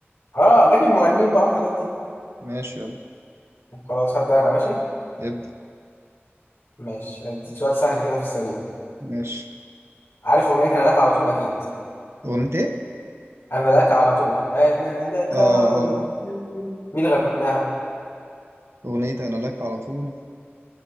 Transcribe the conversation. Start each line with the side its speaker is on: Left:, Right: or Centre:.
Left: اه اغاني المغنيين بقى والحاجات دي
Right: ماشي يلا
Left: طب خلاص هبدا انا ماشي
Right: ابدأ
Left: ماشي اديك سؤال سهل كده في السريع
Right: ماشي
Left: عارف اغنيه انا لك على طول اكيد
Right: أغنية إيه؟
Left: انا لك على طول انا لك
Right: آه آه
Left: على طول
Right: آه
Left: مين اللي غناها
Right: أغنية أنا لك على طول